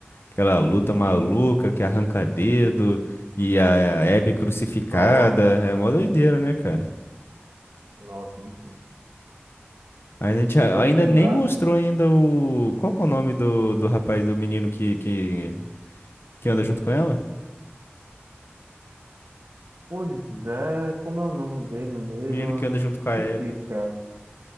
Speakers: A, on the left; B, on the right.
A: Aquela luta maluca
B: sim.
A: que arranca dedo e a a Abby crucificada.
B: Nossa,
A: É
B: cara.
A: mó doideira, né, cara?
B: Nossa, muito-
A: Ainda, a gente, a-
B: só
A: ainda
B: de lembrar.
A: nem mostrou ainda o. Qual que é o nome do, do rapaz, do menino que, que, que anda junto com ela?
B: Pois é, como é o nome dele mesmo?
A: Menino que anda junto com a Abby.
B: Esqueci, cara.